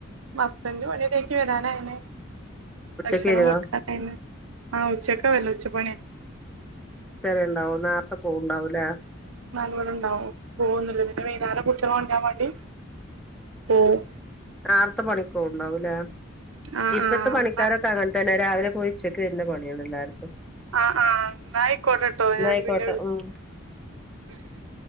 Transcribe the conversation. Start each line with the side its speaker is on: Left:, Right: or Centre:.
Right: ഹസ്ബൻഡ് പണിയൊ <unintelligible> വരാനായീന്ന്
Centre: ഉച്ചക്ക്
Right: ഭക്ഷണം
Centre: വരുവോ
Right: കൊടുക്കാനായീന്ന് ആഹ് ഉച്ചക്കാ വരല് ഉച്ച പണി
Centre: ഉച്ചവരെയുണ്ടാവൂ നര്ത്തെ പോവണ്ടാവൂലേ
Right: ഇവിടണ്ടാവും പോകുന്നില്ല പിന്നെ വൈന്നാരം കുട്ട്യളെ കൊണ്ടരാൻ മാണ്ടി പോവും
Centre: ആർത്ത പണിക്കൊ ഒണ്ടാവൂലേ
Right: ആഹ്
Centre: ഇപ്പത്തെ പണിക്കാരൊക്കെ
Right: ആഹ്
Centre: അങ്ങനെ തന്നെ രാവിലെ പോയിഉച്ചക്ക് വര്ന്ന പണിയാണ് എല്ലാർക്കും
Right: ആഹ് ആഹ് ന്നായിക്കോട്ടെട്ടോ
Centre: എന്നാ
Right: ഞാൻ
Centre: ആയിക്കോട്ടെ
Right: പിന്നെ വിളി
Centre: ഉം